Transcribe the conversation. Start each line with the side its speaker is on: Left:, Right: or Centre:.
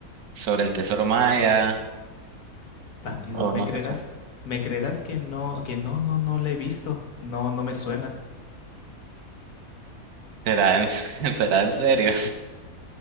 Right: sobre el tesoro maya,
Left: Bandidos,
Right: o
Left: ¿me
Right: no
Left: creerás?
Right: sé,
Left: ¿Me creerás que no, que no, no, no la he visto? No, no me suena.
Right: será en, <laughs> será en serio.